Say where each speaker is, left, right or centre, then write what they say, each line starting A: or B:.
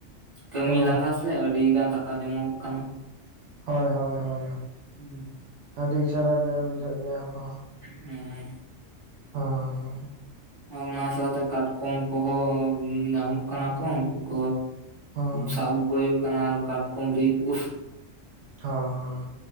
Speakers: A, on the right (about 25°); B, on the right (about 70°).
A: ᱠᱟᱹᱢᱤ
B: ᱚ
A: ᱞᱟᱸᱜᱟ ᱥᱮ ᱟᱹᱰᱤ ᱜᱟᱱ ᱫᱟᱠᱟ ᱡᱚᱢᱚᱜᱚᱜ ᱠᱟᱱᱟ
B: ᱦᱳᱭ ᱦᱳᱭ ᱦᱚᱭ
A: ᱦᱩᱸ
B: ᱟᱹᱰᱤ ᱪᱮᱦᱨᱟ ᱜᱮ ᱵᱩᱡᱷᱟᱹᱜ ᱜᱮᱭᱟ ᱠᱚ
A: ᱦᱮᱸ
B: ᱦᱚ
A: ᱚᱱᱟ ᱥᱟᱶᱛᱮ ᱠᱟᱴᱠᱚᱢ ᱠᱚᱦᱚ ᱧᱟᱢᱚᱜ ᱠᱟᱱᱟ ᱠᱚ ᱠᱚ
B: ᱦᱚᱸ
A: ᱥᱟᱵ ᱟᱜᱩ ᱠᱚ ᱦᱩᱭᱩᱜ ᱠᱟᱱᱟ ᱟᱨ ᱠᱟᱴᱠᱚᱢ ᱨᱤᱫ ᱤᱦ
B: ᱦᱚᱸ ᱦᱚᱸ